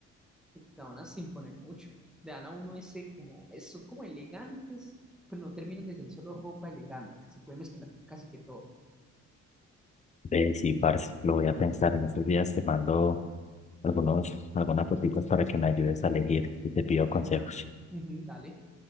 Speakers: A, in the centre; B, on the left (about 25°).
A: Porque gabanas sin poner mucho. Le dan a uno ese como, es- son como elegantes, pero no terminan de ser solo ropa elegante. Se puede mezclar con casi que todo.
B: Eh, sí, parce, lo voy a pensar. En estos días te mando algunos, algunas fotitos para que me ayudes a elegir y te pido
A: De
B: consejos.
A: una. Ujú, dale,